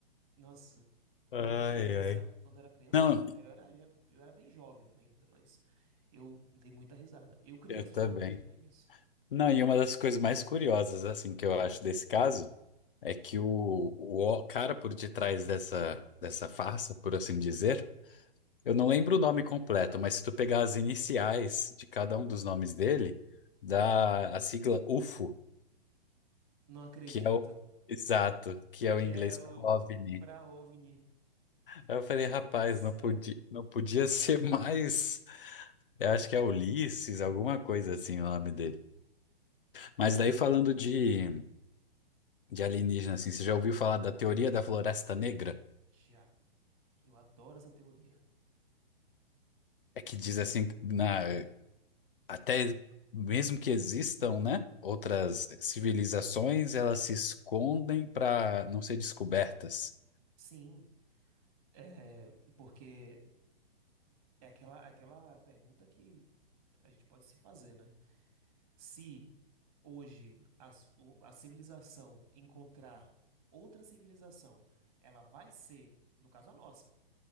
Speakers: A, on the right; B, on the left.
A: Nossa, quando
B: Ai,
A: era criança,
B: ai.
A: quando era criança,
B: Não,
A: não, eu era, já, eu era bem jovem ainda, mas eu dei muita risada. Eu, criança,
B: eu também.
A: já não acreditei nisso.
B: Não, e uma das coisas mais curiosas, assim, que eu acho desse caso é que o, o cara por detrás dessa, dessa farsa, por assim dizer, eu não lembro o nome completo, mas se tu pegar as iniciais de cada um dos nomes dele, dá a sigla UFO,
A: Não acredito.
B: que é o exato, que é o
A: Que
B: inglês
A: é o,
B: para OVNI.
A: o pra OVNI.
B: Aí eu falei,
A: Nossa!
B: rapaz, não podia, não podia <laughs> ser mais. Eu acho que é Ulisses, alguma coisa assim o nome dele. Mas daí falando de de alienígena, assim. Você já ouviu falar da teoria da Floresta Negra?
A: Já, eu adoro essa teoria.
B: É que diz assim, que na, até mesmo que existam, né, outras civilizações, elas se escondem para não ser descobertas.
A: Sim, é, porque é aquela, aquela pergunta que a gente pode se fazer, né? Se hoje a, s- o- a civilização encontrar outra civilização, ela vai ser, no caso a nossa,